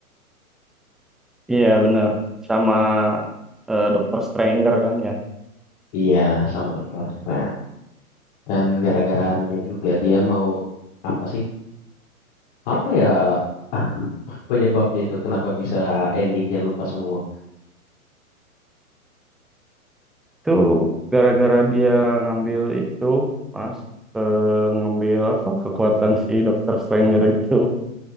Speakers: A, in the centre; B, on the left (about 40°).
A: Iya benar sama eh, Dokter Stranger kan ya.
B: Iya, sama Doctor Strange. Dan gara-gara anunya juga dia mau apa sih? Apa ya <laughs> penyebabnya itu kenapa bisa endingnya lupa semua?
A: Itu gara-gara dia ngambil itu Mas eh, ngambil apa kekuatan si Dokter Stranger itu.